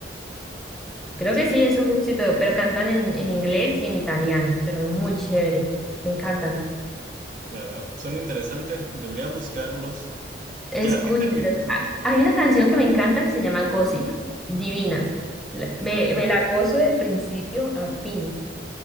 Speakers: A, in the centre; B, on the right (about 45°).
A: Creo
B: Ya,
A: que sí, eso es rockcito, pero cantan en, en inglés y en italiano, pero es muy chévere. Me encantan.
B: ya veo. Suena interesante. Debería buscarlos.
A: Escúchenlas.
B: Ya que terminé.
A: Ah, Hay una canción que me encanta que se llama Gossip, divina. La- Me, me la gozo de principio a fin.